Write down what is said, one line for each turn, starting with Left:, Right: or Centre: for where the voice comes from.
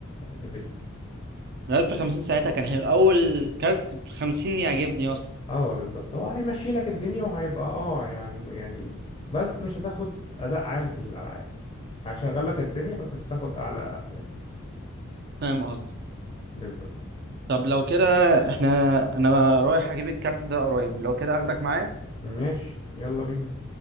Left: نفيديا
Right: ال 1050 ساعتها كان حلو اول كارت ب 50 يعجبني اصلا
Left: اه بالظبط هو هيمشي لك الدنيا وهيبقى اه يعني يعني بس مش هتاخد اداء عالي في الالعاب هشغل لك الدنيا بس مش هتاخد اعلى اداء
Right: فاهم قصدي
Left: بالظبط
Right: طب لو كده احنا انا رايح اجيب الكارت ده قريب لو كده اخدك معايا
Left: ماشي يلا بينا